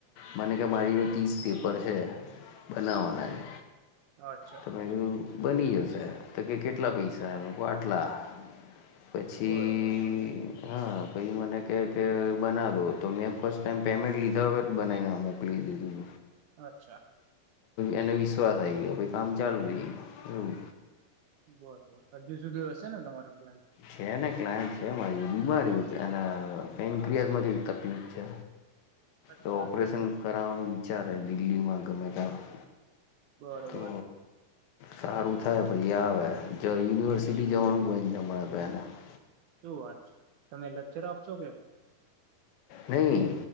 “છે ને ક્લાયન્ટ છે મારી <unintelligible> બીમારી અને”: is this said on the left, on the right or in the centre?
Left